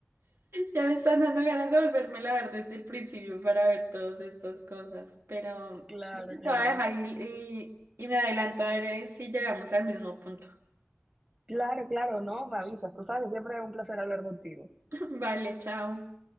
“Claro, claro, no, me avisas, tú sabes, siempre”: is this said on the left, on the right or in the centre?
Right